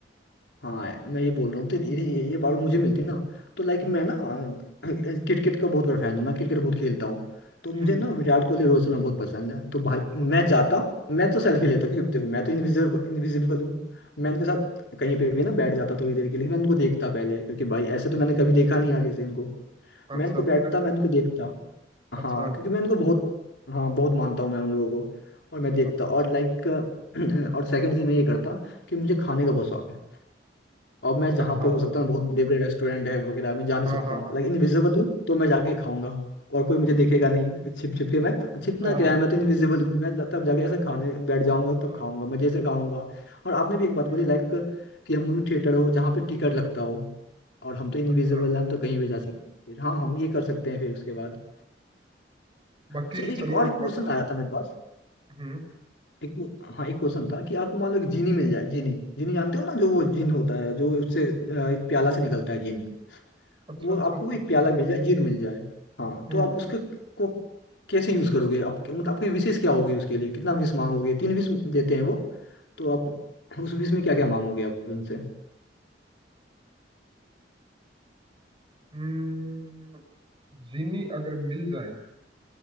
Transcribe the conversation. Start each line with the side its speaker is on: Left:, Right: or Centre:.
Left: हाँ मैं ये बोल रहा हूँ तो ये ये, ये पावर मुझे मिलती ना तो लाइक
Right: हम्म
Left: मैं ना <clears throat> अ, क्रिकेट का बहुत बड़ा फैन हूँ मैं क्रिकेट बहुत खेलता हूँ
Right: हम्म
Left: तो मुझे
Right: हम्म,
Left: ना विराट कोहली रोहित शर्मा बहुत पसंद है तो भाई मैं
Right: अच्छा
Left: जाता मैं तो सेल्फी
Right: हम्म
Left: लेता क्योंकि देखो मैं तो इनविजिबल इनविजिबल हूँ मैं उनके साथ
Right: हम्म,
Left: कहीं पे भी ना बैठ जाता थोड़ी देर के लिए मैं उनको देखता पहले क्योंकि भाई ऐसे तो मैंने कभी देखा नहीं आगे से इनको
Right: अच्छा
Left: मैं इनको बैठता
Right: फिर
Left: मैं इनको देखता
Right: अच्छा
Left: हाँ क्योंकि मैं इनको बहुत हाँ बहुत मानता हूँ मैं उन लोगों को और मैं देखता
Right: अच्छा
Left: और
Right: अच्छा
Left: लाइक
Right: अच्छा
Left: <clears throat> और सेकंड चीज मैं ये करता कि मुझे खाने का बहुत शौक है अब मैं
Right: अच्छा
Left: जहाँ
Right: हाँ
Left: पे हो सकता हूँ बहुत बड़े बड़े रेस्टोरेंट है वगैरह मैं जा नहीं
Right: हाँ
Left: सकता
Right: हाँ
Left: हूँ
Right: हाँ
Left: लाइक इनविजिबल हूँ तो मैं जाके खाऊंगा और कोई मुझे देखेगा नहीं छिप छिप के मैं छिपना
Right: हाँ हाँ
Left: क्या
Right: हाँ,
Left: है मैं तो इनविजिबल हूँ मैं तब जाके ऐसे खाने बैठ जाऊंगा तब
Right: हाँ,
Left: खाऊंगा मजे से खाऊंगा और आपने भी एक बात
Right: हाँ,
Left: बोली लाइक कि हम मूवी थिएटर हो जहाँ पे टिकट लगता हो और हम तो इनविजिबल
Right: अच्छा
Left: हैं, हम तो कहीं भी जा सकते हैं फिर हाँ हम ये कर
Right: हम्म,
Left: सकते हैं फिर उसके बाद
Right: बाकी
Left: अच्छा एक
Right: चलो
Left: और
Right: एक
Left: क्वेश्चन
Right: बात
Left: आया था मेरे पास
Right: हम्म
Left: एक हाँ एक क्वेश्चन था कि आपको मान लो एक जीनी मिल जाए जीनी जीनी जानते हो ना जो वो जीन होता है जो उससे अ, एक प्याला से निकलता है जीन
Right: अच्छा
Left: वो
Right: अच्छा
Left: आपको
Right: अच्छा
Left: एक
Right: अच्छा
Left: प्याला मिल जाए जीर मिल जाए हाँ
Right: हम्म
Left: तो आप उसके को कैसे यूज करोगे आपके मतलब आपकी विशेष क्या होगी उसके लिए कितना विश मांगोगे तीन विश देते हैं वो तो आप उस विश में क्या क्या मांगोगे आप उनसे
Right: हम्म, जीनी अगर मिल जाए